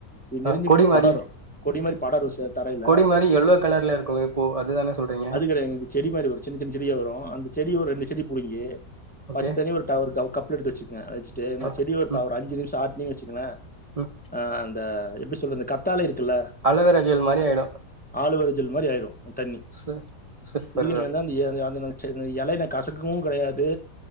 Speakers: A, in the centre; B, on the right.
A: இது நெருஞ்சு
B: ஆ கொடி
A: முள்
B: மாரி
A: படரு கொடிமாதிரி படரு சே தரையில
B: கொடி மாரி எல்லோ கலர்ல இருக்கு ஓ அதுதானே சொல்றீங்க
A: அது கிடயாது இந்த செடி மாரி வரு சின்ன சின்ன செடியா வரு அந்த செடி ஒரு ரெண்டு செடி புடிங்கி
B: ஓகே
A: பச்ச தண்ணி ஒரு ஒரு கவ் கப்ல எடுத்து வச்சுக்கங்க வச்சுட்டு இந்த
B: ஓகே
A: செடி ஒருப்பா
B: ம்
A: ஒரு அஞ்சுநிமிசோ ஆட்டுனிங் வச்சுக்கோங்களே
B: ம்
A: ஆ அந்த எப்டிசொல்லது கத்தாழ இருக்குல்லெ
B: அழவெறா ஜெல் மாரி ஆய்டு
A: ஆழுவெற ஜெல் மாரி ஆய்ரு தண்ணி
B: சு சூப்பர்
A: நீங்களியந்தன்
B: ப்ரோ
A: <unintelligible> எலய்ல கசக்கு கெடயாது